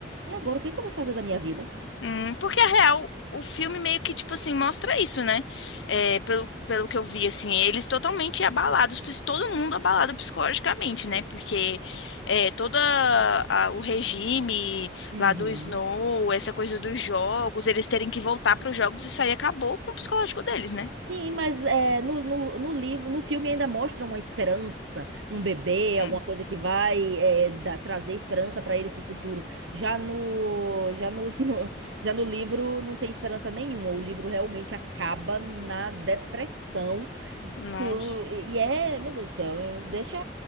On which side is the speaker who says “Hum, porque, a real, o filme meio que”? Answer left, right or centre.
Left